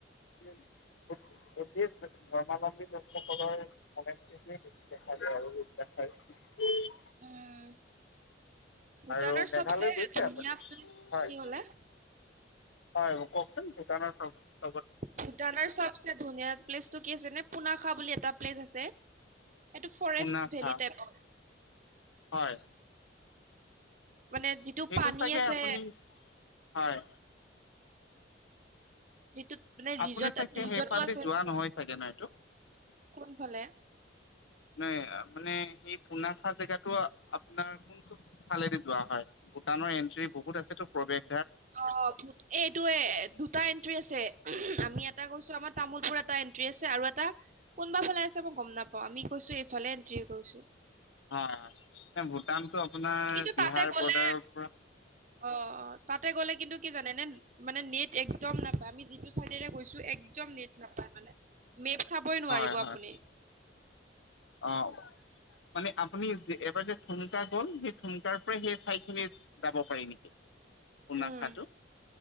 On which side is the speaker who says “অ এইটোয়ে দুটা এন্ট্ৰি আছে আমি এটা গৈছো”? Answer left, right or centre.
Right